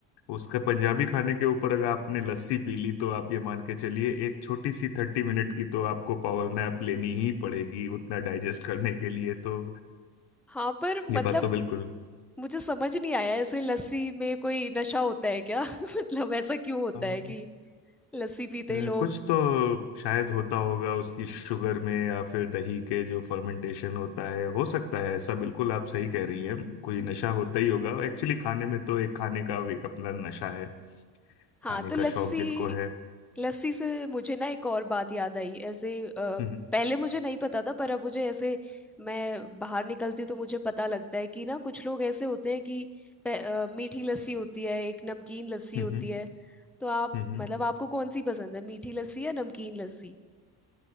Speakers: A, on the left; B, in the centre.
A: उसका पंजाबी खाने के ऊपर अगर आपने लस्सी पी ली तो आप ये मान के चलिए एक छोटी सी थर्टी मिनट की तो आपको पावर नैप लेनी ही पड़ेगी उतना डाइजेस्ट करने के लिए तो
B: हाँ पर
A: ये
B: मतलब
A: बात तो बिल्कुल
B: मुझे समझ नहीं आया ऐसे लस्सी में कोई नशा होता है क्या <laughs> मतलब ऐसा क्यों होता
A: हाँ,
B: है कि लस्सी पीते
A: अ,
B: ही लोग
A: कुछ तो शायद होता होगा उसकी शुगर में या फिर दही के जो फर्मेंटेशन होता है हो सकता है ऐसा बिल्कुल आप सही कह रही हैं कोई नशा होता ही होगा एक्चुअली खाने में तो एक खाने का एक अपना नशा है खाने
B: हाँ तो
A: का
B: लस्सी
A: शौक जिनको है
B: लस्सी से मुझे ना एक और बात याद आई ऐसे अ,
A: हम्म
B: पहले मुझे नहीं पता था पर अब मुझे ऐसे मैं बाहर निकलती हूँ तो मुझे पता लगता है कि ना कुछ लोग ऐसे होते हैं कि पे- अ, मीठी लस्सी होती है एक नमकीन लस्सी
A: हम्म
B: होती
A: हम्म
B: है तो आप
A: हम्म हम्म।
B: मतलब आपको कौन सी पसंद है मीठी लस्सी या नमकीन लस्सी